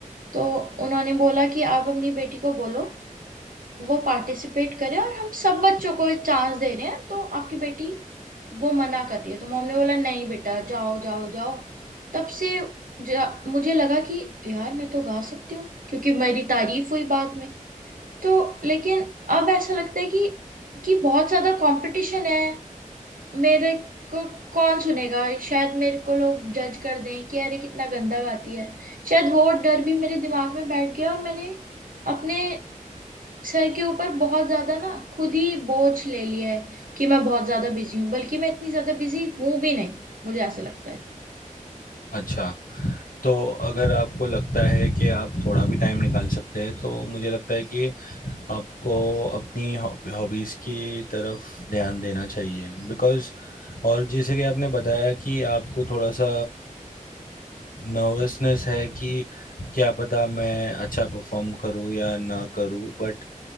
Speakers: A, on the right (about 80°); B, on the left (about 85°).
A: तो उन्होंने बोला कि आप अपनी बेटी को बोलो वो पार्टिसिपेट करे और हम सब बच्चों को चांस दे रहे हैं तो आपकी बेटी वो मना कर रही है तो मॉम ने बोला नहीं बेटा जाओ जाओ जाओ तब से जा, मुझे लगा कि यार मैं तो गा सकती हूँ क्योंकि मेरी तारीफ हुई बाद में तो लेकिन अब ऐसा लगता है कि कि बहुत ज्यादा कंपटीशन है मेरे को कौन सुनेगा शायद मेरे को लोग जज कर दें कि अरे कितना गंदा गाती है शायद वो डर भी मेरे दिमाग में बैठ गया और मैंने अपने सर के ऊपर बहुत ज्यादा ना खुद ही बोझ ले लिया है कि मैं बहुत ज्यादा बिजी हूँ बल्कि मैं इतनी ज्यादा बिजी हूं भी नहीं मुझे ऐसा लगता है
B: अच्छा तो अगर आपको लगता है कि आप थोड़ा भी टाइम निकाल सकते हैं तो मुझे लगता है कि आपको अपनी हॉबीज़ की तरफ ध्यान देना चाहिए बिकॉज़ और जैसे कि आपने बताया कि आपको थोड़ा सा नर्वसनेस है कि क्या पता मैं अच्छा परफॉर्म करूं या ना करूं बट